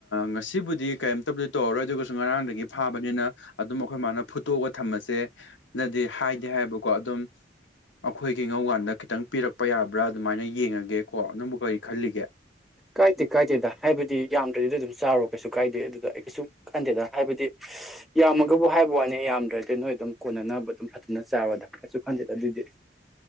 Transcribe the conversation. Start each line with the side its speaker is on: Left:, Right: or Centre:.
Left: ꯉꯁꯤꯕꯨꯗꯤ ꯀꯩꯝꯇꯕꯨꯗꯤ ꯇꯧꯔꯔꯣꯏ ꯑꯗꯨꯒꯁꯨ ꯉꯔꯥꯡꯗꯒꯤ ꯐꯥꯕꯅꯤꯅ ꯑꯗꯨꯝ ꯑꯩꯈꯣꯏ ꯃꯥꯅ ꯐꯨꯠꯇꯣꯛꯑꯒ ꯊꯝꯃꯁꯦ ꯅꯗꯤ ꯍꯥꯏꯗꯦ ꯍꯥꯏꯕꯀꯣ ꯑꯗꯨꯝ ꯑꯩꯈꯣꯏꯒꯤ ꯉꯧꯀꯥꯟꯗ ꯈꯤꯇꯪ ꯄꯤꯔꯛꯄ ꯆꯄ ꯌꯥꯕ꯭ꯔꯥ ꯑꯗꯨꯃꯥꯏꯅ ꯌꯦꯡꯉꯒꯦꯀꯣ ꯑꯗꯨꯕꯨ ꯀꯔꯤ ꯈꯜꯂꯤꯒꯦ
Centre: ꯀꯥꯏꯗꯦ ꯀꯥꯏꯗꯦꯗ ꯍꯥꯏꯕꯗꯤ ꯌꯥꯝꯗ꯭ꯔꯗꯤ ꯑꯗꯨꯝ ꯆꯥꯔꯣ ꯀꯩꯁꯨ ꯀꯥꯏꯗꯦ ꯑꯗꯨꯗ ꯑꯩ ꯀꯩꯁꯨ ꯈꯟꯗꯦꯗ ꯍꯥꯏꯕꯗꯤ ꯌꯥꯝꯃꯒꯕꯨ ꯍꯥꯏꯕ ꯋꯥꯅꯤ ꯌꯥꯝꯗ꯭ꯔꯗꯤ ꯅꯣꯏ ꯑꯗꯨꯝ ꯀꯣꯟꯅꯅꯕ ꯑꯗꯨꯝ ꯐꯖꯅ ꯆꯥꯕꯗ ꯀꯩꯁꯨ ꯈꯟꯗꯦꯗ ꯑꯗꯨꯏꯗꯤ